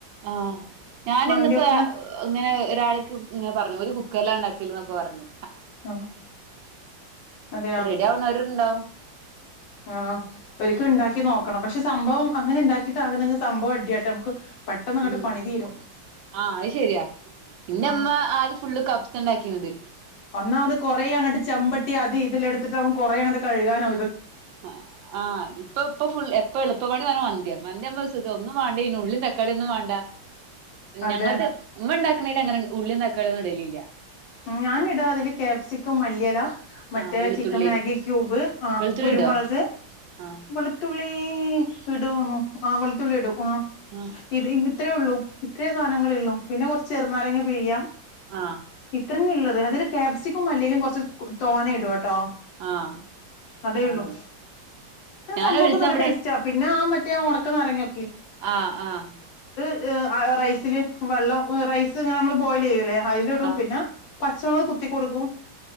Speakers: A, on the right (about 75°); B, on the left (about 70°).
A: ആ ഞാന്നിപ്പോ
B: മന്തിയൊക്കെ
A: ഇങ്ങനെ ഒരാൾക്ക് ഇ പറഞ്ഞു ഒരു കു ക്കറിലാ ഉണ്ടാക്കല്ന്നൊക്കെ പറഞ്ഞ്
B: ആ അതെയ
A: റെഡി ആവ്ണോര്ണ്ടാവും
B: ആ ഒരിക്കല് ഇണ്ടാക്കി നോക്ക ണം പക്ഷെ സംഭവം അങ്ങനെ ഉണ്ടാക്കിയിട്ട് ആണെങ്കിൽ സംഭവം അടിയാട്ടാ നമുക്ക് പെട്ടെന്ന് അങ്ങോട്ട്
A: മ്
B: പണി തീരും
A: ആ അത് ശരിയാ പിന്നെമ്മ
B: ആഹ്
A: ആദ്യ ഫുള്ള് ക ബ്സണ്ടാകീഞ്ഞത്
B: ഒന്നാമത് കൊറേ അങ്ങട്ട് ചെമ്പട്ടി അതി ഇതില് എടുത്തിട്ടാവും കുറേ അങ്ങട്ട് കഴുകാന്
A: ആ ആ ഇപ്പ ഇപ്പൊ ഫു എപ്പ എളുപ്പ പണി മന്തിമ്മക്ക് സുഖം ഒന്നും വേണ്ടയ്നും ഉള്ളീം തക്കാളീം ഒന്നും വേണ്ട
B: അതെ
A: ഞങ്ങളത് ഉമ്മ ഉണ്ടാക്ക്ണീലാ അങ്ങനെ ഉള്ളീം തക്കാളീം ഒന്നും ഇടലില്ല
B: ഞാനിടും അതില് കാപ്സികം മല്ലിയെല മറ്റേ
A: ആഹ് വെളുത്തുള്ളി
B: ചിക്കൻ മാഗി ക്യൂബ് ആ
A: വെളുത്തുള്ളി
B: കുരുമുളക്
A: ഇടോ ആഹ്
B: വെളുത്ത ത്തുള്ളി ഇടോന്നോ ആ വെളുത്തുള്ളി ഇടും ആ
A: ആഹ്
B: ഇത് ഇത്രേ ഉള്ളൂ ഇത്രയേ സാധനങ്ങള്ളൂ ചെറുനാരങ്ങ പിഴിയാ
A: ആ
B: ഇത്ര ഞ്ഞെ ഉള്ളത് അതില് ക്യാപ്സിക്കും മല്ലിയലയും കുറച്ച് തോഞ്ഞെ ഇടോട്ടോ
A: ആഹ്
B: അതേള്ളുഇത്
A: ആഹ് ഞാന്
B: സംഭവം
A: ഒരീസം
B: ഒക്കെ നല്ല ടേസ്റ്റ ആ പിന്നെ ആ മറ്റേണ ക്കെ മറിഞ്ഞു
A: ആ ആ
B: ത് റൈസില് വെള്ളം റൈസ് ഇങ്ങനെ നമ്മള് ബോയില് ചെയ്യൂല്ലേ
A: ആഹ്
B: പിന്നെ പച്ചമുളക് കുത്തി കൊടുക്കും